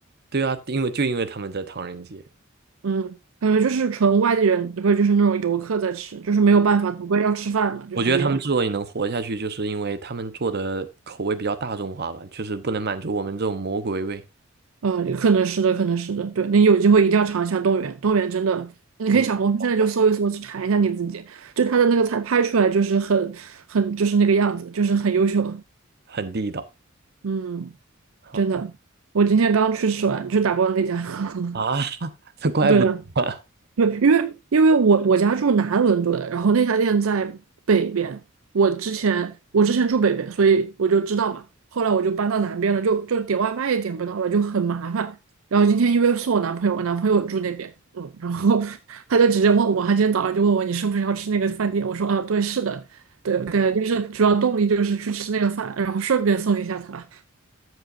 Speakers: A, on the right; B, on the right.
A: 对啊，因为就因为他们在唐人街，
B: 嗯，感觉就是纯外地人，不是就是那种游客在吃，就是没有办法，总归要吃饭嘛，就是这种。
A: 我觉得他们之所以能活下去，就是因为他们做的口味比较大众化吧，就是不能满足我们这种魔鬼味，
B: 呃，可能是的，可能是的，对，你有机会一定要尝一下动物园，动物园真的，你可以小红书现在就搜一搜，
A: 中国口味
B: 去查一下你自己，就它的那个菜拍出来就是很很就是那个样子，就是很优秀，
A: 很地道。
B: 嗯，
A: 好的
B: 真的，我今天刚去吃完，就打包的那家，<laughs>
A: 啊，<laughs> 这怪不得啊。
B: 对的，对，因为因为我我家住南伦敦，然后那家店在北边。我之前我之前住北边，所以我就知道嘛。后来我就搬到南边了，就就点外卖也点不到了，就很麻烦。然后今天因为送我男朋友，我男朋友住那边，嗯，然后
A: 嗯，
B: <laughs> 他就直接问我，他今天早上就问我你是不是要吃那个饭店？我说啊，对，是的，对，对，就是主要动力就是去吃那个饭，然后顺便送一下他。